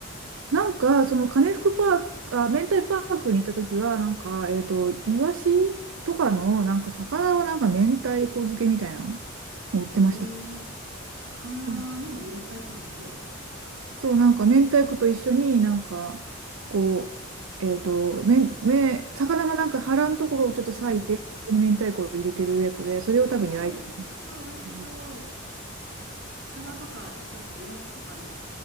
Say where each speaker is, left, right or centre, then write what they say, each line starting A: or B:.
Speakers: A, on the right (about 75°); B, on the right (about 55°).
A: なんか、その金福パーク、あ、明太パークに行った時は、なんか、えっと、イワシとかの、なんか、魚はなんか明太子漬けみたいな、もう売ってましたね。
B: ええ魚の明太子漬け。
A: うんそう、なんか、明太子と一緒になんか、こう、えっと、めん、め、魚のなんか腹のところをちょっと裂いて、
B: うんうん。
A: そこに明太子を入れてるやつで、それを多分焼いて。
B: ああ、美味しそう、美味しそう。
A: そうん
B: サバとか、なんかイワシとかあり、